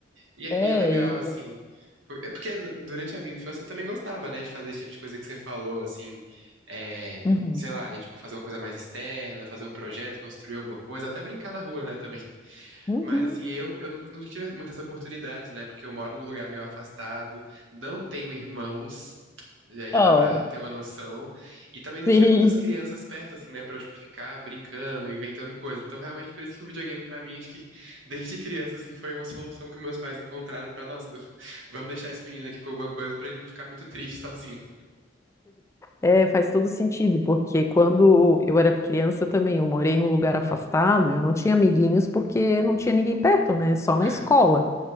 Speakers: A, on the right; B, on the left.
A: E é,
B: É,
A: e é legal,
B: e...
A: assim. por- é Porque n- durante a minha infância eu também gostava, né, de fazer esse tipo de coisa que você falou, assim, é,
B: Uhum.
A: sei lá, de, tipo, fazer uma coisa mais externa, fazer um projeto, construir alguma coisa, até brincar na rua, né, também.
B: Uhum.
A: Mas assim, eu, eu não, não tive muita essa oportunidade, né? Porque eu moro num lugar meio afastado, não tenho irmãos, já, já
B: Oh,
A: dá pra ter uma noção. E também não
B: sim.
A: tinha muitas crianças perto, assim, né? Pra eu, tipo, ficar brincando, inventando coisa. Então, realmente, por isso que o videogame, pra mim, acho que <laughs> desde criança, assim, foi uma solução que meus pais encontraram pra, nossa, <laughs> vamos deixar esse menino aqui com alguma coisa pra ele não ficar muito triste sozinho.
B: É, faz todo sentido, porque quando eu era criança eu também, eu morei em um lugar afastado, e eu não tinha amiguinhos porque não tinha ninguém perto, né? Só na
A: É.
B: escola.